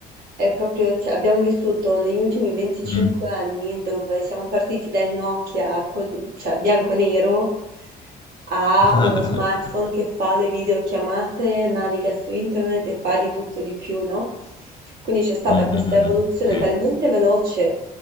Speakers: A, on the right; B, on the left.
A: è proprio cioè abbiamo vissuto negli ultimi 25
B: Mh.
A: anni dove siamo partiti dal Nokia co cioè bianco e nero a
B: Mh-mh-mh-mh.
A: uno smartphone che fa le videochiamate, naviga su internet e fa di tutto e di più, no, quindi c'è stata
B: <laughs>
A: questa evoluzione
B: Sì.
A: talmente veloce